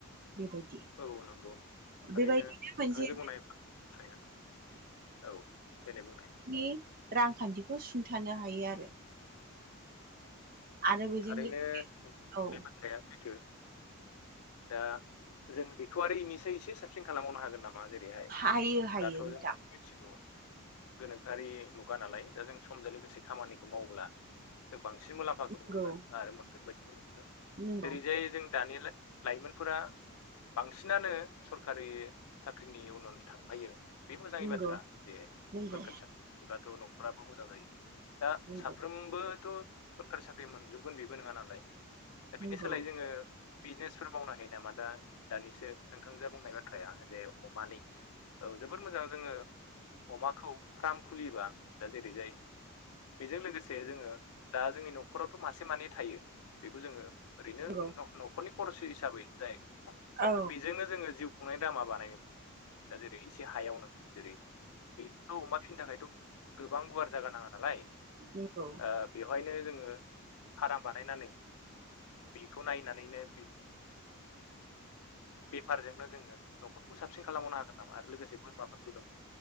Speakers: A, on the right; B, on the left.
A: बेबायदि।
B: औ नंगौ थारैनो
A: बेबायदिनो
B: नोंथांजों
A: मोनसे
B: बुंनाय बाथ्राया औ देनाय बुंनाय
A: नि रांखान्थिखौ सुंथानो हायो आरो। आरो
B: औ
A: बेजों
B: थारैनो
A: लोगोसे
B: बे
A: औ
B: बाथ्राया सैथो। दा जों बेखौ आरो इनिसाय एसे साबसिन खालामबावनो हागोन नामा? बा जेरैहाय
A: हायो हायो
B: दाथ'
A: नोंथां
B: जों मिथिगौ। गोनोखोआरि मुगा नालाय दा जों समजों लोगोसे खामानिखौ मावब्ला जों बांसिन मुलाम्फा नुहुरगोन
A: नंगौ
B: आरो मोनगोन बायदिखौ नुहुरदों
A: नंगौ
B: जेरैजाय जों दानि लाय लाइमोनफोरा बांसिनानो सरखारि साख्रिनि उन उन थांफायो। बे मोजांनि
A: नंगौ
B: बाथ्रा जे
A: नंगौ
B: सरखारि साख्रिब्लाथ' न'खराबो मोजां जायो। दा
A: नंगौ
B: साफ्रोमबोथ' सरकारि साख्रि मोनजोबगोन बेबो नोङा नालाय दा बेनि
A: नंगौ
B: सोलाय जोङो बिजनेसफोर मावनो हायो नामा दा दानिसो नोंथांजो बुंनाय बाथ्राया जे अमानि औ जोबोद मोजां जोङो अमाखौ फार्म खुलियोब्ला दा जेरैजाय बेजों लोगोसे जोङो दा जोंनि नख खरावथ' मासे मानै थायो बेखौ जोङो ओरैनो
A: नंगौ
B: न' -न'खरनि खरस हिसाबै जाय <inaudible>
A: औ
B: बेजोंनो जोङो जिउ खुंनायनि दामा बानायो। दा जेरै एसे हायावनो जेरै बेखौ अमा फिनो थाखायथ' गोबां गुवार जागा नाङा दालाय
A: नोंगौ।
B: ओ बेवहायनो जोङो फाराम बानायनानै बेखौ नायनानैनो बे बेफारजोंनो जोङो न'खरखौ साबसिन खालामबावनो हागोन नामा आरो लोगोसे बोरमाफोरबो दङ'।